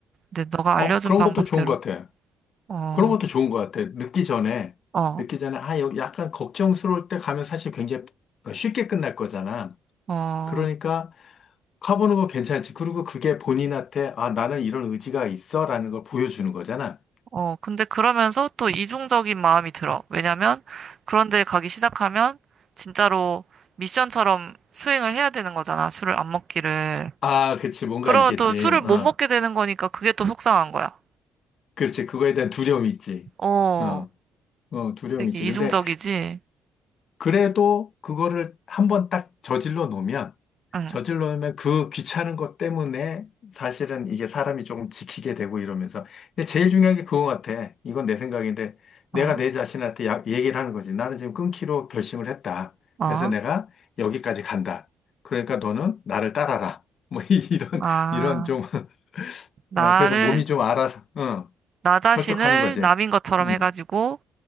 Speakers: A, on the right; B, on the left.
A: 근데 너가
B: 어,
A: 알려준
B: 그런
A: 방법대로,
B: 것도 좋은 것 같아.
A: 어,
B: 그런 것도 좋은 것 같아. 늦기 전에,
A: 어,
B: 늦기 전에, 아, 여기 약간 걱정스러울 때 가면 사실 굉장히 쉽게 끝날 거잖아.
A: 어,
B: 그러니까 가보는 거 괜찮지. 그리고 그게 본인한테, 아, 나는 이런 의지가 있어. 라는 걸 보여주는 거잖아.
A: 어. 근데 그러면서 또 이중적인 마음이 들어. 왜냐면, 그런데 가기 시작하면, 진짜로 미션처럼 수행을 해야 되는 거잖아. 술을 안 먹기를.
B: 아, 그치. 뭔가
A: 그러면
B: 있겠지.
A: 또 술을 못
B: 어.
A: 먹게 되는 거니까 그게 또 속상한 거야.
B: 그렇지. 그거에 대한 두려움이 있지.
A: 어,
B: 어, 어, 두려움이
A: 되게
B: 있지. 근데
A: 이중적이지?
B: 그래도 그거를 한번 딱 저질러 놓으면,
A: 응,
B: 저질러 놓으면 그 귀찮은 것 때문에 사실은 이게 사람이 조금 지키게 되고 이러면서. 근데 제일 중요한 게 그거 같아. 이건 내 생각인데, 내가
A: 어,
B: 내 자신한테 야- 얘기를 하는 거지. 나는 지금 끊기로 결심을 했다.
A: 어.
B: 그래서 내가 여기까지 간다. 그러니까 너는 나를 따라라. 뭐 <laughs> 이런,
A: 아,
B: 이런 좀, <laughs>
A: 나를,
B: 어, 그래서 몸이 좀 알아서, 어,
A: 나 자신을
B: 설득하는 거지.
A: 남인 것처럼
B: 음.
A: 해가지고